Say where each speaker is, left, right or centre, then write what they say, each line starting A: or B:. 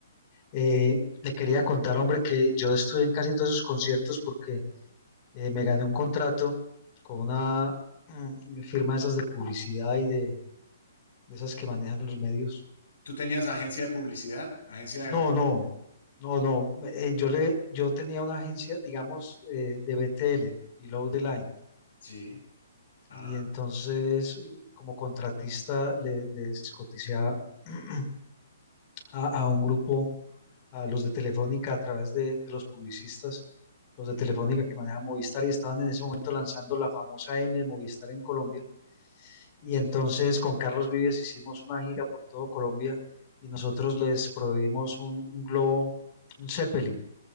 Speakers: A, on the left (about 35°); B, on the left (about 65°).
A: eh, le quería contar, hombre, que yo estuve en casi todos esos conciertos porque eh, me gané un contrato con una mm, firma de esas de publicidad y de, de esas que manejan los medios.
B: ¿Tú tenías agencia de publicidad? Agencia
A: No,
B: de...
A: no, no, no. eh, yo le, yo tenía una agencia, digamos, eh, de BTL, Below the Line,
B: Sí.
A: y
B: Ah,
A: entonces como contratista le, les coticé a, <clears throat> a- a un grupo, a los de Telefónica a través de, de los publicistas, los de Telefónica que manejan Movistar y estaban en ese momento lanzando la famosa M de Movistar en Colombia. Y
B: ok.
A: entonces con Carlos Vives hicimos una gira por todo Colombia y nosotros les proveímos un, un globo, un Zeppelin